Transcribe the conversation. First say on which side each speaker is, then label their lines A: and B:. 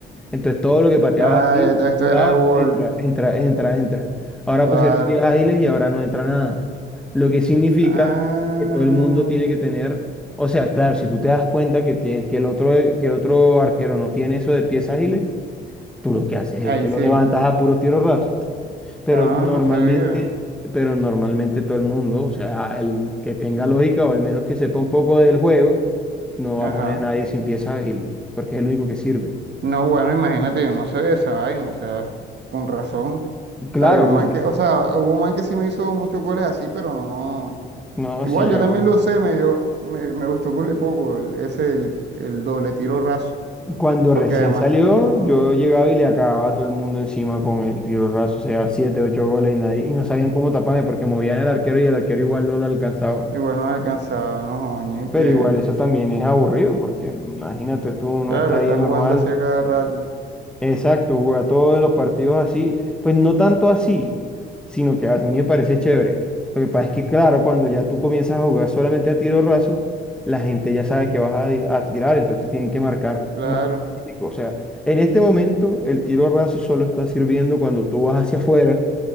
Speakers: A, in the centre; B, on the right.
A: Entonces, todo lo que pateabas
B: Ah,
A: así,
B: ya te- esto
A: de un
B: era
A: lado,
B: gol,
A: entra, entra, entra, entra. Ahora
B: claro.
A: pusieron pies ágiles y ahora no entra nada. Lo que significa
B: Ah,
A: que todo el mundo tiene que tener, o sea, claro, si tú te das cuenta que, tie- que el otro, que el otro arquero no tiene eso de pies ágiles, tú lo que haces
B: ahí
A: es que
B: sí.
A: lo levantas a puro tiro raso pero
B: Ah,
A: normalmente,
B: no sabía.
A: pero normalmente todo el mundo, o sea, el que tenga lógica o al menos que sepa un poco del juego, no va
B: Ajá.
A: a poner a nadie sin pieza ágil, porque es el único que sirve.
B: No, bueno, imagínate, yo no sabía esa vaina, o sea, con razón.
A: Claro,
B: Había un
A: pues
B: man que, o sea, hubo un man que sí me hizo muchos goles así, pero no.
A: no,
B: Igual
A: si yo,
B: yo también lo usé, me dio, me, me gustó cule poco, el- ese, el, el doble tiro raso,
A: cuando
B: porque
A: recién
B: además,
A: salió,
B: ujú,
A: yo llegaba y le acababa a todo el mundo encima con el tiro raso, o sea, siete, ocho goles y nadie, y no sabían cómo taparme porque movían el arquero y el arquero igual no lo alcanzaba.
B: igual no alcanzaba, no, joña, ¿y
A: Pero
B: qué?
A: igual eso también es aburrido, porque imagínate tú, uno
B: Claro,
A: está ahí
B: está
A: normal
B: jugando así a cada rato,
A: Exacto, jugar todos los partidos así, pues no tanto así, sino que a mí me parece chévere. Lo que pasa es que, claro, cuando ya tú comienzas a jugar solamente a tiro raso, la gente ya sabe que vas a, di- a tirar, entonces te tienen que marcar
B: claro.
A: más específico. O sea, en este momento el tiro raso solo está sirviendo cuando tú vas hacia afuera,